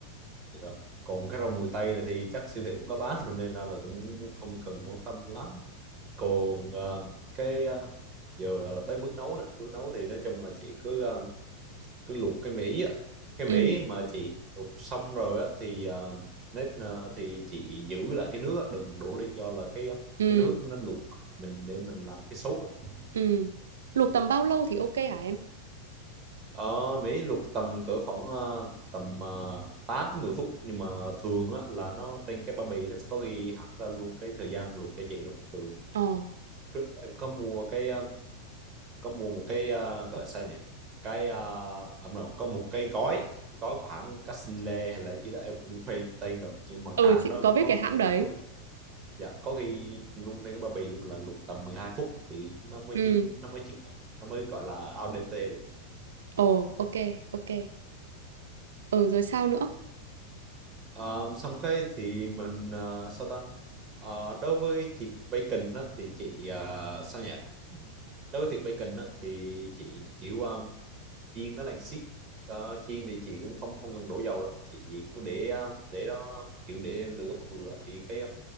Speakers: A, on the right; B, on the right.
A: vậy rồi còn cái rau mùi tây này thì chắc siêu thị cũng có bán rồi nên ra là cũng không cần quan tâm lắm còn ờ, cái ờ, giờ là tới bước nấu nè bước nấu thì nói chung là chị cứ ờ, cứ luộc cái mỹ á cái
B: Ừ
A: mỹ mà chị luộc xong rồi á thì ờ, nếp ờ, thì chị giữ lại cái nước á, đừng đổ đi do là cái ờ,
B: ừ
A: cái nước nó luộc mình để mình làm cái sốt á.
B: ừ. Luộc tầm bao lâu thì ok hả em?
A: ờ, mỹ luộc tầm cỡ khoảng ờ, tầm uh, 8 tới mười phút nhưng mà thường á, là nó trên cái bao bì nó sẽ có ghi hẳn ra luôn cái thời gian luộc cho chị luôn thường
B: Ờ.
A: trước em có mua cái ờ, có mua một cái ờ, gọi sao nhỉ cái uh, ẩm rồi có một cái gói cái gói của hãng Casile hay là chỉ đó em cũng quên tên rồi nhưng mà
B: Ừ
A: cái hãng
B: chị
A: đó
B: có biết
A: có
B: cái hãng đấy.
A: hãng luôn- dạ có ghi luôn trên cái bao bì luôn là luộc tầm 12 phút thì nó mới
B: Ừ.
A: chín nó mới chín nó mới gọi là al dente được
B: Ồ, ok, ok. Ừ, rồi sao nữa?
A: Ờ, xong cái thì mình ờ, sao ta Ờ, đối với thịt bacon đó, thì chị ờ, sao nhỉ đối với thịt bacon á, thì chị kiểu um, chiên nó là xiết Ờ, chiên thì chị cũng không không cần đổ dầu đâu chị cứ để um, để đó kiểu để lửa vừa vừa thì cái um,